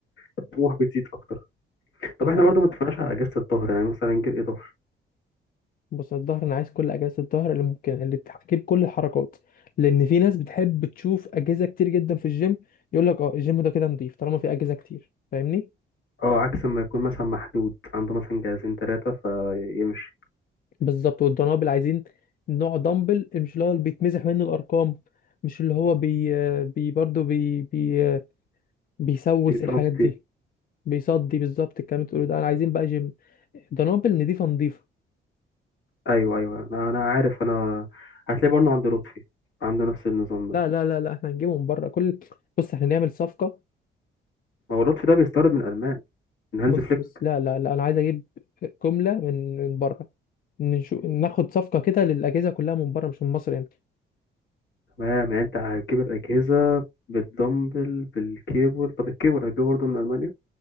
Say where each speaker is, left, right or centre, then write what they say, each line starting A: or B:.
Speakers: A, on the left (about 70°); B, on the left (about 45°).
A: الطموح بتزيد أكتر طب
B: أنا-
A: إحنا برضه ما اتفقناش على أجهزة الظهر يعني مثلا نجيب إيه ظهر
B: بص الظهر أنا عايز كل أجهزة الظهر اللي ممكن اللي بتجيب كل الحركات لأن في ناس بتحب تشوف أجهزة كتير جدا في الجيم يقول لك أه الجيم ده كده نضيف طالما في أجهزة كتير فاهمني
A: اه عكس ما يكون مثلا محدود عنده مثلا جهازين تلاتة فيمشي
B: بالظبط والدنابل عايزين نوع دمبل مش اللي هو اللي بيتمسح منه الأرقام مش اللي هو بي آه، بي برضه بي بي آه، بيسوس
A: بالظبط
B: الحاجات دي بيصدي بالظبط الكلام اللي بتقوله ده انا عايزين بقى جيم دنابل نضيفه نضيفه
A: ايوه ايوه انا أنا عارف انا هتلاقي برضه عند لطفي عنده نفس النظام
B: لا
A: ده
B: لا لا لا احنا هنجيبه من بره كل بص احنا نعمل صفقة
A: ما هو لطفي ده بيستورد من المان من هانز
B: بص
A: فليك
B: بص لا لا لا انا عايز اجيب جملة من من بره نشوف ناخد صفقة كده للأجهزة كلها من بره مش من مصر يعني
A: تمام يعني انت هتجيب الاجهزه بالدمبل بالكيبل طب الكيبل هتجيبه برضه من المانيا